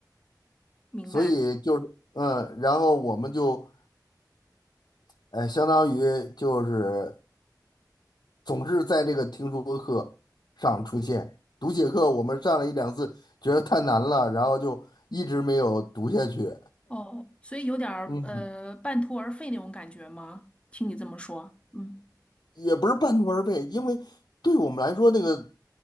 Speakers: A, on the left; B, on the left.
A: 明白。
B: 所以就是，嗯，然后我们就，呃，相当于就是，总是在这个听说课上出现。读写课我们上了一两次，觉得太难了，然后就一直没有读下去。
A: 哦，所以有点儿呃半途而废那种感觉吗？
B: 嗯，
A: 听你这么说，嗯，
B: 也不是半途而废，因为对我们来说，那个